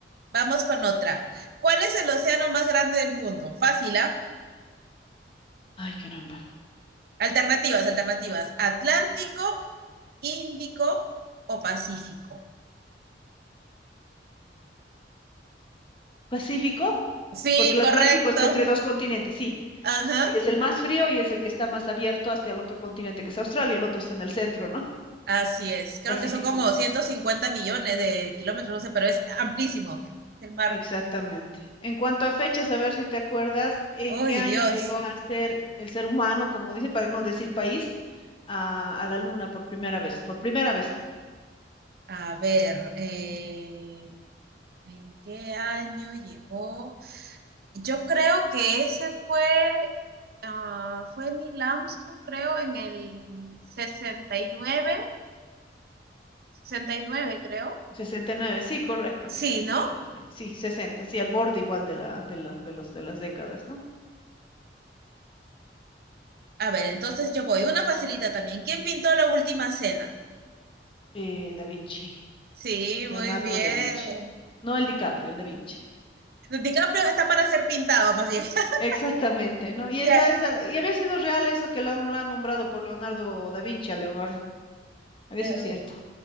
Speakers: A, on the right (about 60°); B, on the left (about 30°).
A: vamos con otra. ¿Cuál es el océano más grande del mundo? Fácil, ¿ah?
B: Ay, caramba.
A: Alternativas, alternativas. ¿Atlántico, Índico o Pacífico?
B: Pacífico,
A: Sí,
B: porque el
A: correcto.
B: Atlántico está entre dos continentes, sí.
A: Ajá.
B: Sí, es el más frío y es el que está más abierto hasta el otro continente, que es Australia, el otro está en el centro, ¿no?
A: Así es, creo
B: Pacífico,
A: que son como
B: Pacífico.
A: doscientos cincuenta millones de kilómetros, no sé, pero es amplísimo el mar.
B: Exactamente. En cuanto a fechas, a ver si te acuerdas, ¿en
A: ¡Uy,
B: qué año
A: Dios!
B: llegó a ser el ser humano, como dice, para no decir país, a, a la Luna por primera vez? Por primera vez.
A: A ver, eh, ¿en qué año llegó? Yo creo que ese fue, ah, fue Neil Armstrong, creo, en el sesenta sesenta y nueve, sesenta y nueve, creo.
B: sesenta y nueve, sí, correcto,
A: Sí,
B: mira, tú
A: ¿no?
B: le habías dado. Sí, 60, sí, al borde igual de la, de la- de los, de las décadas, ¿no?
A: A ver, entonces yo voy. Una facilita también. ¿Quién pintó la última cena?
B: Eh, Da Vinci,
A: Sí,
B: Leonardo
A: muy bien.
B: da Vinci. No el DiCaprio, el Da Vinci.
A: DiCaprio está para ser pintado, más bien. <laughs>
B: Exactamente, ¿no? Y
A: Ya,
B: está esa, y había sido real eso que lo han, lo han nombrado por Leonardo da Vinci a Leonardo. A ver
A: eh,
B: si es cierto.